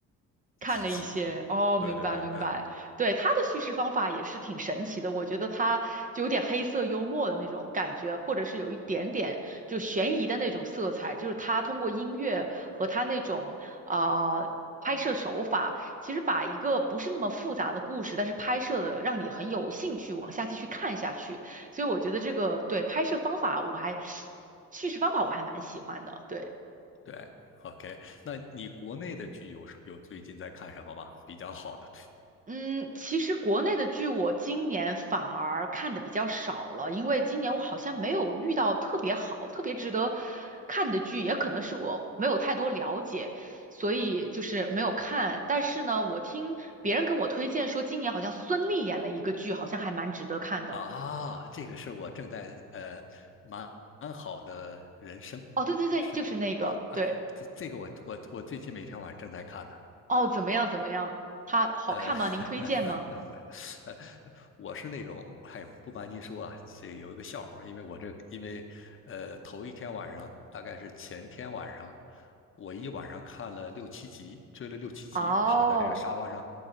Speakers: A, on the right (about 25°); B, on the left (about 40°).
A: 看了一些，
B: 几集，
A: 哦，
B: 对对对，
A: 明白明白，
B: 啊、
A: 对，他的叙事方法也是挺神奇的，我觉得他就有点黑色幽默的那种感觉，或者是有一点点就悬疑的那种色彩，就是他通过音乐和他那种呃拍摄手法，其实把一个不是那么复杂的故事，但是拍摄的让你很有兴趣往下继续看下去，所以我觉得这个对拍摄方法我还 <sniffs> <sucks teeth> 叙事方法我还蛮喜欢的，对。
B: 对，OK，那你国内的剧有什有最近在看什么吗？比较好的剧
A: 嗯，其实国内的剧我今年反而看的比较少了，因为今年我好像没有遇到特别好、特别值得看的剧，也可能是我没有太多了解，所以就是没有看。但是呢，我听别人跟我推荐说，今年好像孙俪演了一个剧，好像还蛮值得看的。
B: 啊，这个是我正在呃蛮蛮好的人生
A: 哦，对对对，
B: 是
A: 就是那个，
B: 啊，
A: 对，
B: 这这个我我我最近每天晚上正在看呢。
A: 哦，怎么样怎么样？它好看吗？
B: 呃，
A: 您推荐吗？
B: <laughs> 呃，我是那种，哎呦，不瞒您说啊，这有一个笑话儿因为我这，因为，呃，头一天晚上，大概是前天晚上，我一晚上看了六七集，追了六七集，
A: 哦。
B: 躺在这个沙发上，